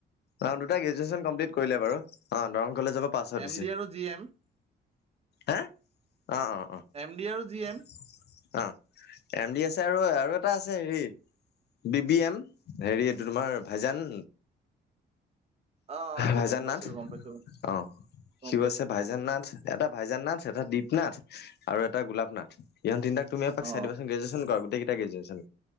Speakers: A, on the left (about 55°); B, on the right (about 30°).
A: অ দুটাই গ্ৰেজুৱেচন কমপ্লিট কৰিলে বাৰু অ দৰং কলেজৰ পৰা পাছ আউট
B: এম
A: হৈছে
B: ডি আৰু জি এম
A: হা? অঁ অঁ অঁ,
B: এম ডি আৰু জি এম
A: অঁ। এম ডি আছে আৰু আৰু এটা আছে হেৰি বি বি এম হেৰি এইটো তোমাৰ ভাইজান
B: অ সেইটো
A: ভাইজান
B: গম পাইছো
A: নাথ
B: গম পাইছো
A: অঁ
B: গম
A: সিও
B: পাইছো
A: আছে ভাইজান নাথ এটা ভাইজান নাথ, এটা দীপ নাথ আৰু এটা গোলাপ নাথ। ইহঁত তিন তাক তুমি এপাক
B: অ
A: চাই দিবাচোন, গ্ৰেজুৱেচন কৰা গোটেই গ্ৰেজুৱেচন।